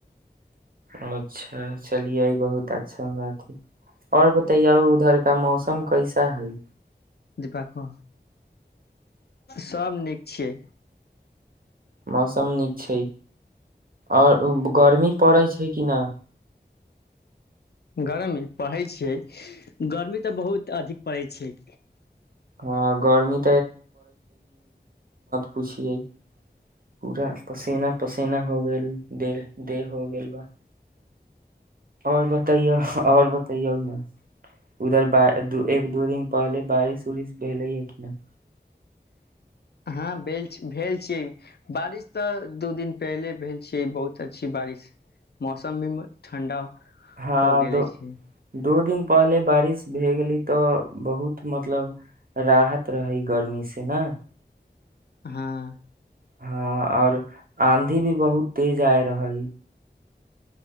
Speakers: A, on the right; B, on the left.
A: अच्छा चलिएइ बहुत तऽ अच्छा बात ह आओर बतैयऔ उधर का मौसम कैसा है
B: दीपो सब नीक छियै
A: मौसम नीक छै आओर गर्मी पड़ैत छै कि न
B: गरमी परै छियै गर्मी तऽ बहुत अधिक परै छियै
A: हँ गर्मी पुछियै पूरा पसीना पसीना हो गेल दे देह हो गेल बा आओर ब बतैयो आऔर बतैयौ ने उधर ब एक दो दिन पहले बारिश उरिश भेले ह कि न
B: हँ भेल भेल छियै बारिश तऽ दू दिन पहिले भेल छियै बहुत अच्छी बारिश मौसम भी ठण्डा
A: हँ
B: हो गेले
A: दो
B: छै
A: दो दिन पहले बारिश भए गेली तऽ बहुत मतलब राहत त है गर्मी स न
B: हँ
A: हँ और आंधी भी बहुत तेज आय रहै